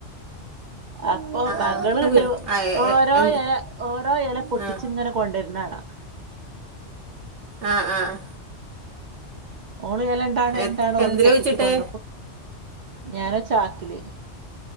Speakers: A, on the right; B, on the right.
A: അപ്പൊ
B: ആ
A: മകള്ണ്ട്
B: ആ ആ
A: ഓരോ
B: എ എന്ത്
A: എല ഓരോ എല പൊട്ടിച്ച്ങ്ങനെ.
B: ആ
A: കൊണ്ടെര്നാണാം.
B: ആഹ് ആഹ്
A: ഓള് എല ഇണ്ടാണ്
B: എ
A: ഇണ്ടാണ്
B: എന്തില
A: ഓല് പൊട്ടിച്ചു
B: കുഴിച്ചിട്ടേ
A: കൊണ്ടൊക്കും ഞാനത് ചാക്കില്.